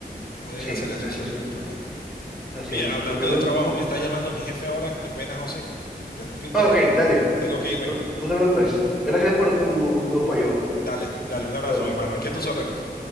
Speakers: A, on the left; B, in the centre.
A: pueden
B: Sí,
A: hacer eso
B: eso
A: sin
B: sí.
A: ningún problema.
B: Así
A: Oye,
B: es.
A: hablando
B: Porque no...
A: de trabajo, me está llamando mi jefe ahora. Qué pena, José, interrumpirte,
B: Ah,
A: pero
B: ok,
A: bueno,
B: dale.
A: tengo que irme.
B: No, no te preocupes. Gracias por tu, tu apoyo.
A: Dale, dale, un abrazo,
B: Luego.
A: mi hermano. Aquí a tus órdenes.